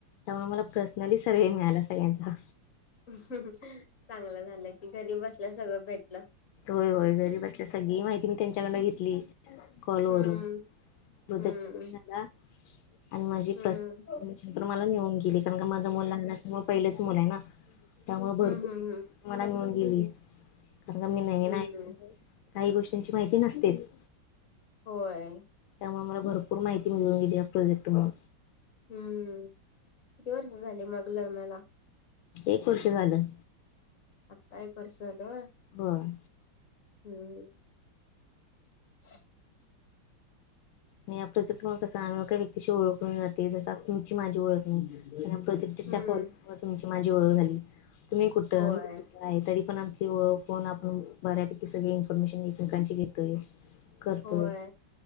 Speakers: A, on the left; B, on the left.
A: त्यामुळे मला पर्सनली सर्व्हे मिळाला सगळ्यांचा.
B: <unintelligible> चांगलं झालं कि घरी बसल्या सगळं भेटलं.
A: होय होय, घरी बसल्या सगळी माहिती मी त्यांच्याकडन घेतली. कोलवररून
B: हम्म
A: प्रोजेक्ट
B: हम्म
A: <inaudible> झाला. आणि माझी
B: हम्म
A: प्रस. <inaudible> मला मिळून गेली कारण का माझं मल लहान असच्यामुळे पहिलेच मुल आहे ना त्यामुळे भरपूर.
B: हम्म हम्म हम्म
A: मला मिळून गेली कारण का मी नवीन
B: हम्म
A: <inaudible> काही गोष्टीची माहिती नसतेच.
B: होय.
A: त्यामुळे आम्हाला भरपूर माहिती मिळून गेली. या प्रोजेक्ट मुळ.
B: हम्म. किती वर्ष झाली मग लग्नाला.
A: एक वर्ष झालं.
B: आता एक वर्ष झाल व्हय.
A: होय.
B: हम्म. ह <unintelligible>
A: आणि या प्रोजेक्ट मुळे कसं अन ओळखी व्यक्तीशी ओळख होउन जाते. जसं तुमची माझी ओळख नाही. आणि या प्रोजेक्ट त्याच्या
B: हम्म
A: कॉल मुळ, तुमची माझी ओळख झाली. तुम्ही कुठं.
B: होय
A: मी कुठं. आहे. तरी पण आपली ओळख होऊन. आपण बऱ्यापैकी सगळे इन्फॉर्मेशन एकमेकांची घेतोय. करतोय
B: होय.